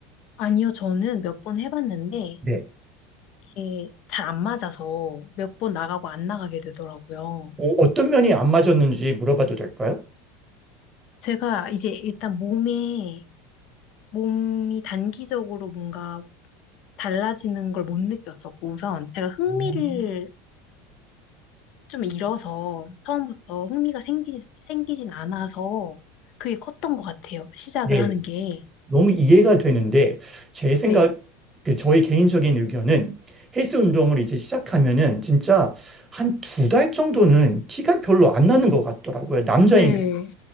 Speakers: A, on the left; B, on the right.
A: 아니요, 저는 몇 번 해봤는데
B: 네.
A: 이게 잘 안 맞아서 몇 번 나가고 안 나가게 되더라고요.
B: 어, 어떤 면이 안 맞았는지 물어봐도 될까요?
A: 제가 이제 일단 몸에, 몸이 단기적으로 뭔가 달라지는 걸 못 느꼈었고 우선 제가 흥미를
B: 음.
A: 좀 잃어서 처음부터 흥미가 생기, 생기진 않아서 그게 컸던 것 같아요. 시작을
B: 네.
A: 하는 게.
B: 너무 이해가 되는데 제 생각
A: 네.
B: 그 저희 개인적인 의견은 헬스 운동을 이제 시작하면은 진짜 한 두 달 정도는 티가 별로 안 나는 것 같더라고요. 남자인.
A: 네.
B: 그